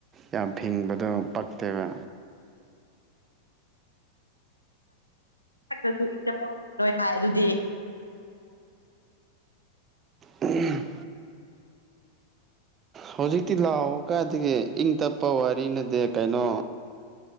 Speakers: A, on the right (about 25°); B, on the left (about 85°).
A: ꯌꯥꯝ ꯐꯤꯡꯕꯗꯣ ꯄꯛꯇꯦꯕ
B: ꯊꯛꯇꯁꯨ ꯏꯪ ꯇꯞꯄ ꯉꯂꯣꯏ ꯍꯥꯏ ꯑꯗꯨꯗꯤ
A: ꯑ ꯍꯧꯖꯤꯛꯇꯤ ꯂꯥꯎꯕ ꯀꯥꯏꯗꯤ ꯏꯪ ꯇꯞꯄ ꯋꯥꯔꯤꯅꯗꯤꯦ ꯀꯩꯅꯣ